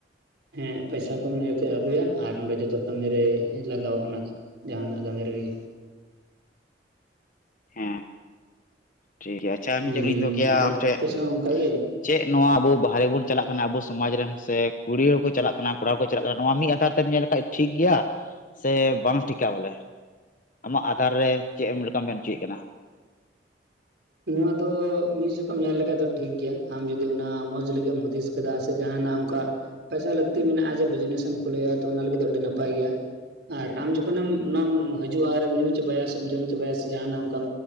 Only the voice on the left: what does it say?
ᱦᱮᱸ ᱴᱷᱤᱠ ᱜᱮᱭᱟ ᱟᱪᱪᱷᱟ
ᱢᱤᱫᱴᱮᱡ ᱠᱩᱠᱞᱤᱧ ᱫᱚᱦᱚ ᱠᱮᱭᱟ
ᱟᱢ ᱴᱷᱮᱡ
ᱪᱮᱫ ᱱᱚᱣᱟ ᱟᱵᱚ ᱵᱟᱦᱨᱮ ᱵᱚᱱ ᱪᱟᱞᱟᱜ ᱠᱟᱱᱟ ᱟᱵᱚ ᱥᱚᱢᱟᱡᱽ ᱨᱮᱱ ᱥᱮ ᱠᱩᱲᱤ ᱦᱚᱸᱠᱚ ᱪᱟᱞᱟᱜ ᱠᱟᱱᱟ ᱠᱚᱲᱟ ᱦᱚᱸᱠᱚ ᱪᱟᱞᱟᱜ ᱠᱟᱱᱟ ᱱᱚᱣᱟ ᱢᱤᱫ ᱟᱛᱷᱟᱨ ᱧᱮᱞ ᱞᱮᱠᱷᱟᱱ ᱴᱷᱤᱠ ᱜᱮᱭᱟ ᱥᱮ ᱵᱟᱝ ᱴᱷᱤᱠᱟ ᱵᱚᱞᱮ? ᱟᱢᱟᱜ ᱟᱫᱷᱟᱨ ᱨᱮ ᱪᱮᱫ ᱮᱢ ᱞᱮᱠᱟᱢ ᱢᱮᱱ ᱚᱪᱚᱭᱮᱫ ᱠᱟᱱᱟ?